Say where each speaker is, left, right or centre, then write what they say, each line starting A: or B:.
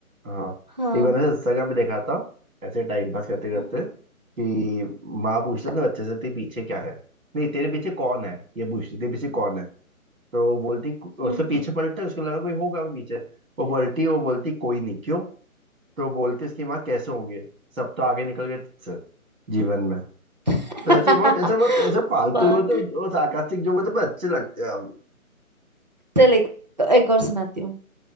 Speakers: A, on the right (about 65°); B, on the right (about 30°).
A: हाँ
B: हाँ
A: एक मैंने इंस्टाग्राम पे देखा था ऐसे टाइम पास करते करते
B: हम्म,
A: कि माँ पूछता ना बच्चे से तेरे पीछे क्या है नहीं तेरे पीछे कौन है ये पूछती तेरे पीछे कौन है तो वो बोलती
B: हम्म।
A: उससे पीछे पलटता है उसको लगा कोई होगा भी पीछे वो बोलती वो बोलती कोई नहीं क्यों तो बोलते इसकी माँ कैसे होंगे सब तो आगे निकल गए तुझसे जीवन में
B: <laughs>
A: तो ऐसे ही बहुत ऐसे बहुत ऐसे फालतू
B: वाह
A: ही होते हैं, जो सार्कास्टिक जो होते हैं, पर अच्छे लगते हैं हम।
B: चल एक, एक और सुनाती हूँ